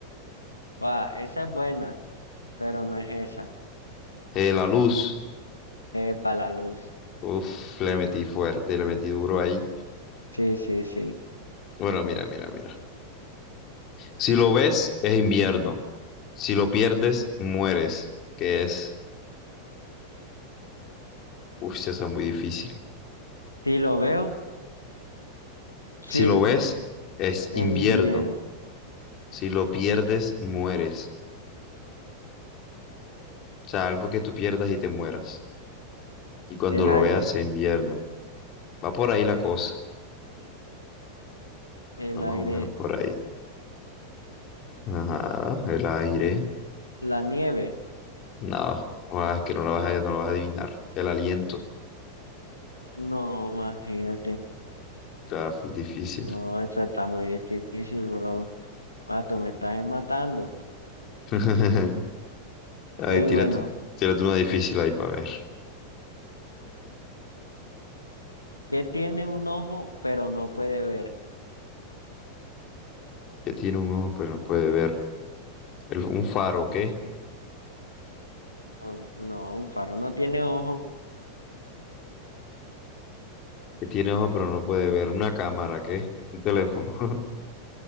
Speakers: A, on the left; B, on the left.
A: Va, esa es buena, pero no es esa.
B: Eh, la luz.
A: para la luz.
B: Uf, le metí fuerte, le metí duro ahí.
A: Sí, sí, sí.
B: Bueno, mira, mira, mira. Si lo ves, es invierno. Si lo pierdes, mueres. Que es, uf, sí, esa es muy difícil.
A: Si lo veo, sí,
B: Si lo ves, es
A: es
B: invierno.
A: invierno.
B: Si lo pierdes, mueres. O sea, algo que tú pierdas y te mueras. Y cuando
A: El
B: lo
A: aire,
B: veas, es invierno. Va por ahí la cosa.
A: el
B: Va más
A: aire,
B: o menos por ahí. Ajá, el aire.
A: l- la nieve.
B: No, ah, es que no lo vas a, no lo vas a adivinar. El aliento.
A: No, imagínate.
B: Está full difícil.
A: No, esa está muy difícil, bro. Ah, tú me estás matando.
B: <laughs> A
A: Ey,
B: ver, tírate,
A: bueno,
B: tírate una difícil ahí para ver.
A: ¿qué tiene un ojo, pero no puede ver?
B: Que tiene un ojo pero no puede ver. El- un faro, ¿qué?
A: No, no, un faro no tiene ojo.
B: Que tiene ojo pero no puede ver. Una cámara, ¿qué? Un teléfono. <laughs>